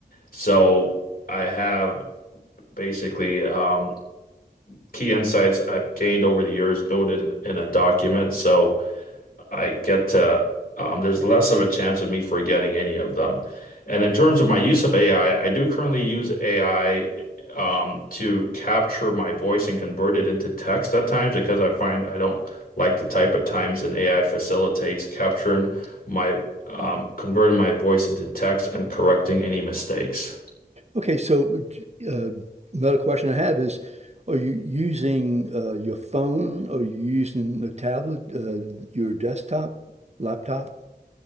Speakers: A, on the left; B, on the right.
A: so I have basically um, key insights I've gained over the years noted in, in a document. So I get to, um, there's less of a chance of me forgetting any of them. And in terms of my use of AI, I I do currently use AI um, to capture my voice and convert it into text at times because I find I don't like to type at times, and AI facilitates capturing my um, converting my voice into text and correcting any mistakes.
B: Okay, so uh, another question I have is, are you using uh, your phone? Are you using a tablet, uh, your desktop, laptop?